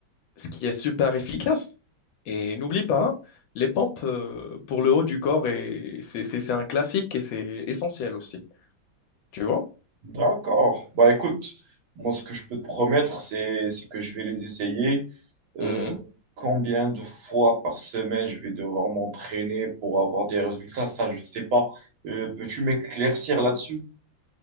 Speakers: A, on the left; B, on the right.
A: ce qui est super efficace. Et n'oublie pas, hein, les pompes euh, pour le haut du corps, et c'est c'est- c'est un classique et c'est essentiel aussi. Tu vois?
B: D'accord. Bah écoute, moi ce que je peux te promettre, c'est c'est que je vais les essayer. Euh,
A: Mhm.
B: combien de fois par semaine je vais devoir m'entraîner pour avoir des résultats, ça je sais pas. Euh, peux-tu m'éclaircir là-dessus?